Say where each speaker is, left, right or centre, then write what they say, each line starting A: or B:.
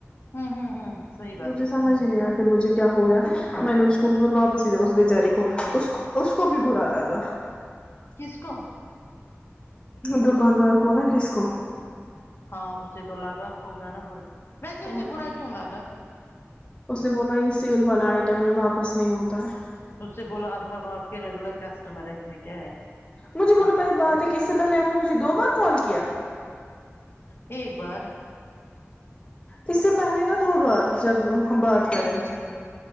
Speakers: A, on the left (about 55°); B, on the left (about 20°).
A: ہوں ہوں ہوں صحی بات
B: مجھے
A: ہے
B: سمجھ ہی نہیں آیا مجھے کیا ہو گیا میں نے اس کو پھر واپس اس بچاری کو اس کو بھی برا لگا
A: کس کو
B: دکاندار کو نا کس کو
A: ہاں اسسی تو الگا ہوگا نا برا ویسے اسے
B: اور
A: برا
B: کیا
A: کیوں لگا
B: اس نے بولا یہ سیل والائے ٹیں واپس نہیں ہوتا ہے
A: اس سے بولو اب ہم آپ کے ریگولر کسٹمر ہے اس میں کیا ہے
B: مجھے بولو
A: آپ
B: پہلے
A: کرو
B: بات ہے کہ اس سے پہلے آپ نے مجھے دو بار کال کیا
A: ایک بار
B: اس سے پہلے نا دو بار جب ہم بات کر رہے تھے